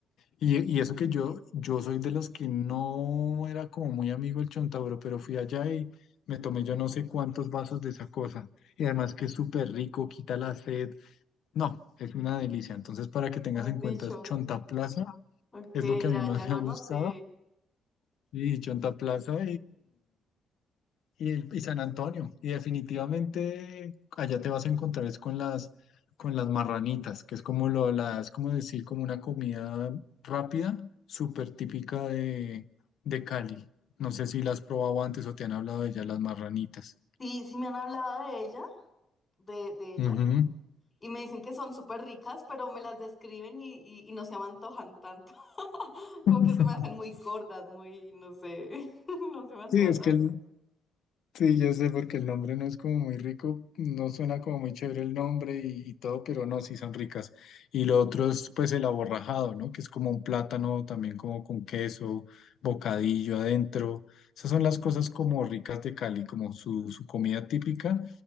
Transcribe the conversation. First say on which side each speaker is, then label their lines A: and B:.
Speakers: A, on the left; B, on the left.
A: Y, y eso
B: Ok.
A: que yo, yo soy de los que no era como muy amigo el Chontaduro, pero fui allá y me tomé yo no sé cuántos vasos de esa cosa. Y además que es súper rico, quita la sed. No, es una delicia. Entonces, para que tengas
B: Mejor
A: en
B: dicho.
A: cuenta, Chonta Plaza
B: Ok,
A: es lo que a
B: ya,
A: mí más
B: ya lo
A: me ha
B: anoté.
A: gustado. Y Chonta Plaza y, el- y San Antonio, y definitivamente allá te vas a encontrar es con las, con las marranitas, que es como lo, la, es como decir, como una comida rápida, súper típica de, de Cali. No sé si la has probado antes o te han hablado de ellas, las marranitas.
B: Sí, sí me han hablado de ella, de, de ellas.
A: Ujú.
B: Y me dicen que son súper ricas, pero me las describen y, y- y no se me antojan tanto. <laughs>
A: <laughs>
B: Como que se me hacen muy gordas, muy, no sé, <laughs> no se me antoja
A: Sí, es
B: tanto.
A: que el- Sí, yo sé, porque el nombre no es como muy rico, no suena como muy chévere el nombre y, y todo, pero no, sí son ricas. Y lo otro es pues el aborrajado, ¿no? Que es como un plátano también como con queso, bocadillo adentro. Esas son las cosas como ricas de Cali, como su, su comida típica